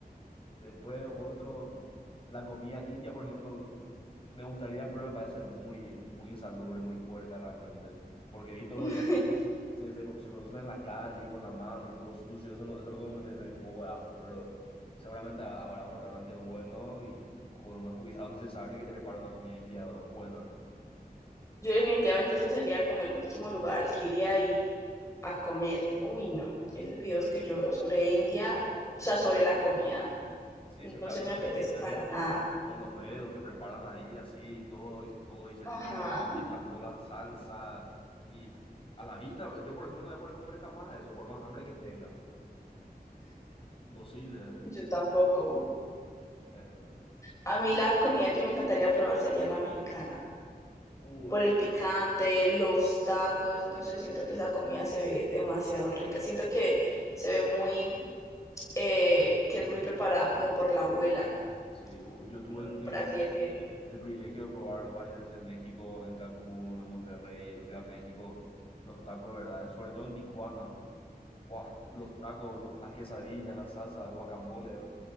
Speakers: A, on the left (about 35°); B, on the left (about 20°).
A: Después otro, la comida india, por ejemplo, me gustaría, pero me parece muy, muy insalubre, muy puerca realmente. Porque vi todos
B: <laughs>
A: los días se, se, se producen en la calle y con la mano y todo sucio. Eso, no, eso es lo que me, me dio un poco de asco, pero seguramente ha- habrá un restaurante bueno y con los cuidados necesarios que te prepara una comida india buena.
B: Yo definitivamente ese sería como el último lugar al que iría y a comer. Uy, no. Esos videos que yo veo sobre India, o sea, sobre la comida,
A: Sí,
B: no
A: seguramente
B: se me apetece
A: la
B: para
A: viste.
B: nada.
A: Con los dedos que preparan ahí, así, y todo, y- todo y se
B: Ajá,
A: tiran, mezclan toda la salsa. Y f- a la vista, yo por ejemplo no voy a poder comer jamás eso, por más hambre que tenga. Imposible.
B: yo tampoco.
A: Eh,
B: A mí la comida que me encantaría probar sería la mexicana.
A: uh,
B: Por
A: yo-
B: el picante, los tacos, no sé, siento que esa comida se ve demasiado rica. Siento que se ve muy, eh, que es muy preparada como por la abuela,
A: sí, uh, yo tuve
B: mm,
A: el privilegio,
B: por así decirlo.
A: el privilegio de probar varias veces en México, en Cancún, en Monterrey, en Ciudad de México, los tacos de verdad, sobre todo en Tijuana. Buah, los tacos, los- las quesadillas, la salsa, el guacamole.